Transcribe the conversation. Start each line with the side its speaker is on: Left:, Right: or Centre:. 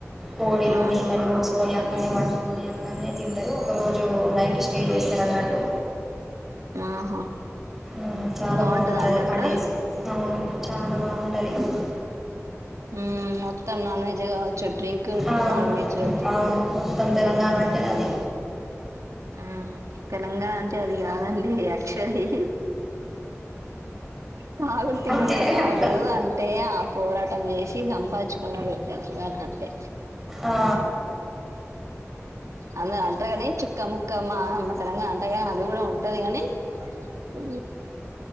Centre: కోడిలు
Right: ఆహా
Centre: మేకలు కోసుకొని అక్కన్నే వండుకొని అ అన్నీ తింటరు ఒకరోజు నైటు స్టే చేస్తరు అన్నట్టు
Right: ఆహా
Centre: ఆ చాలా
Right: బాగుంటదా
Centre: బాగుంటది
Right: అండి అక్కడ
Centre: ఆడేస్ అవును చాలా బాగుంటది అప్పుడు
Right: ఊ మొత్తం నాన్ వెజ్జు కావచ్చు డ్రింక్
Centre: ఆ
Right: నాన్ వెజ్జు
Centre: అవును మొత్తం తెలంగాణ అంటేనే అది
Right: ఊ తెలంగాణ అంటే అది కాదండీ యా చ్చల్లీ తాగుడు తినుడే
Centre: అంటే
Right: కాదు
Centre: అట్లా
Right: అంటే ఆ పోరాటం చేసి సంపాదించుకున్నారు తెలంగాణ అంటే
Centre: ఆ
Right: అందరు అంటరుగని చుక్క ముక్క మా అమ్మ సడన్గా అంటగని అది కూడా ఉంట అంతేగనీ ఊ